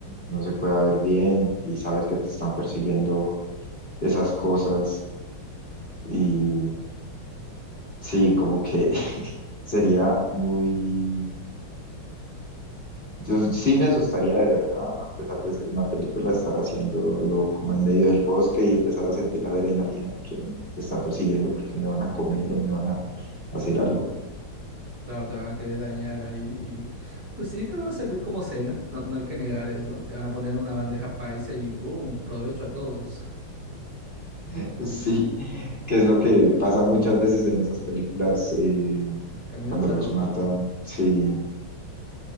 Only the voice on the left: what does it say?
no se puede ver bien y sabes que te están persiguiendo esas cosas Y sí, como que <laughs> sería muy... Yo sí me asustaría de verdad, a pesar de ser una película, estar haciéndolo como en medio del bosque y empezar a sentir la adrenalina de que me está persiguiendo porque me van a comer o me van a hacer algo.
<laughs> Sí, que es lo que pasa muchas veces en esas películas eh,
cuando
los matan. Sí,